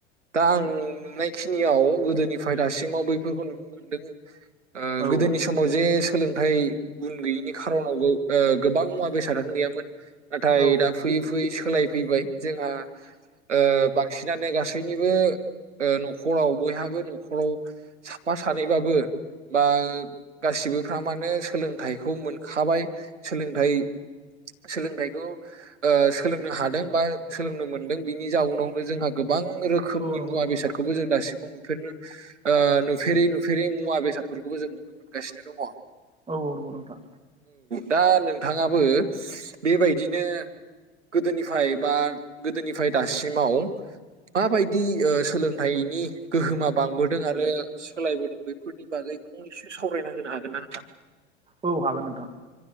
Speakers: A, on the right; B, on the right.
A: दा आं नुनाय खिनियाव गोदोनि फाय दासिमाव बैफोरखौ नुनो मोनदों। ओ
B: औ
A: गोदोनि समाव जे सोलोंथाइ गुन गैयिनि खार'नावबो ओ गोबां मुवा बेसादानो गैयामोन ना थाय
B: औ
A: दा फयै फैयै सोलायफैबाय जोंहा ओ बांसिनानो गासैनिबो ओ न'खराव बयहाबो न'खराव साफा सानैबाबो बा गासिबोफ्रा मानोे सोलोंथाइखौ मोनखाबाय सोलोंथाइ सोलोंथाइखौ सोलोंनो हादों बा सोलोंनो मोनदों बिनि जाउनावनो जोंहा गोबां रोखोमनि
B: नंगौ
A: मुवा
B: नंगौ नोंथां
A: बेसाद दासिमाव नुेरनो ओ नुेरै नुफेरै मुवा बेसाद बेफोरखौबो जों नुनो मोनगासिनो दङ औ
B: औ औ नंगौ नोंथां
A: दा नोंथाङाबो बेबायदिनो गोदोनिफ्राय बा गोदोनिफ्राय दासिमाव माबायदि सोलों थायनि गोहोमा बांबोदों आरो, सोलायबोदों बैफोरनि बागै फंनैसो सावरायना होनो हागोन ना नोंथा?
B: औ हागोन नोंथां